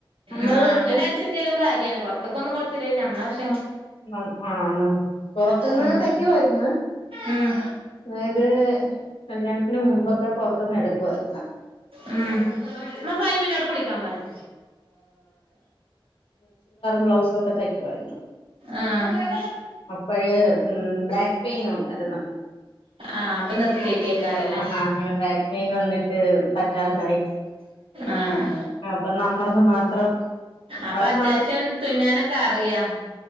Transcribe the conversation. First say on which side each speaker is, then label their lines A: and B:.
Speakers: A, on the left (about 85°); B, on the right (about 80°).
A: നമ്മളത്
B: ആഹ് അങ്ങനെ അടിച്ചിട്ട്യാലും കാര്യണ് പൊറത്ത്ക്കൊന്നും കൊട്ത്തില്ലേലും നമ്മളാവശ്യ
A: ഉ ആഹ നമ് പുറത്ത്ന്ന്
B: ഉം
A: തക്കുവായിരുന്ന്
B: ഉം
A: അതായത് കല്യാണത്തിന് മുമ്പൊക്കെ പുറത്ത്ന്ന് എടുക്കുവായിര്ന്ന് <inaudible>
B: ഉം ഉമ്മ ഫൈമിനോട് കുളിക്കാൻ പറയ്
A: ബ്ലൗസൊക്കെ തയ്ക്കുവായിരുന്നു
B: ആഹ്
A: അപ്പഴ് ബാക്പെയ്നുണ്ടായ്രുന്നു
B: ആഹ് അപ്പൊ നിർത്തിയേക്കേക്കാരല്ലേ
A: ആ അങ്ങനെ ബാക്ക് പെയിൻ വന്നിട്ട് പറ്റാണ്ടായി
B: ആഹ്
A: അപ്പ ന്നമ്മളത് മാത്രം നമ്മളത്
B: അപ്പ അത്യാവശ്യം തുന്നാനൊക്കെ അറിയാം